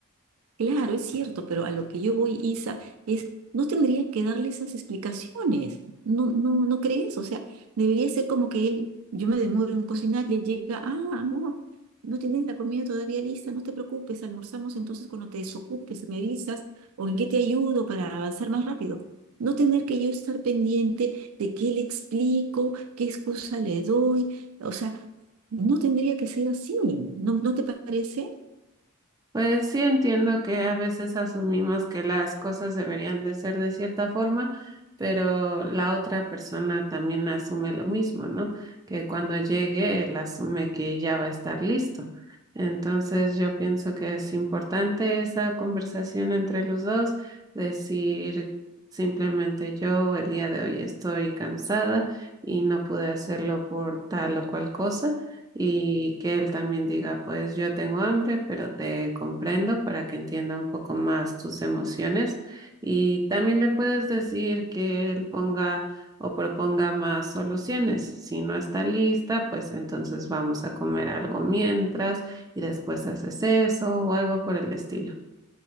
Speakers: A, on the right (about 70°); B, on the right (about 15°).
A: Claro, es cierto, pero a lo que yo voy, Isa, es, no tendría que darle esas explicaciones. No, no, ¿no crees? O sea, debería ser como que él, yo me demoro en cocinar y él llega, ah, amor, no tienes la comida todavía lista, no te preocupes, almorzamos entonces cuando te desocupes, me avisas, o en qué te ayudo para avanzar más rápido. No tener que yo estar pendiente de qué le explico, qué excusa le doy, o sea, no tendría que ser así, ¿no, no te parece?
B: Pues sí entiendo que a veces asumimos que las cosas deberían de ser de cierta forma, pero la otra persona también asume lo mismo, ¿no? Que cuando llegue, él asume que ya va a estar listo. Entonces yo pienso que es importante esa conversación entre los dos, decir simplemente yo el día de hoy estoy cansada y no pude hacerlo por tal o cual cosa y que él también diga, pues yo tengo hambre, pero te comprendo para que entienda un poco más tus emociones. Y también le puedes decir que él ponga o proponga más soluciones. Si no está lista, pues entonces vamos a comer algo mientras y después haces eso o algo por el estilo.